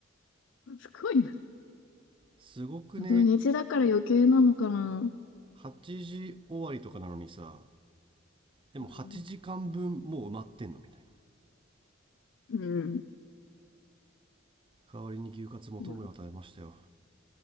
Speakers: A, on the left; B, on the right.
A: すごいな。
B: すごくね、
A: 土日だから余計なのかな。
B: 8時終わりとかなのにさ、でも8時間分もう埋まってんのみたいな。
A: うん。うん。
B: 代わりに牛カツ元村を食べましたよ。
A: いや